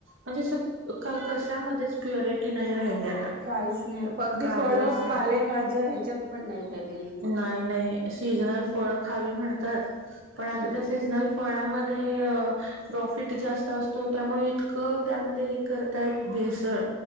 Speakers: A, on the right; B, on the right.
A: म्हणजे कशामध्येच प्युरिटी नाही राहिली आता
B: काहीच अगदी
A: काहीच
B: फळ
A: नाही
B: पा भाज्या ह्याच्या पण नाही राहिलेली
A: नाही नाही सीजनल फळ खावी म्हणतात पण आता
B: हम्
A: सीझनल फळामध्ये प्रॉफिट जास्त असतो त्यामुळे इतकं त्यामध्ये ताय भेसळ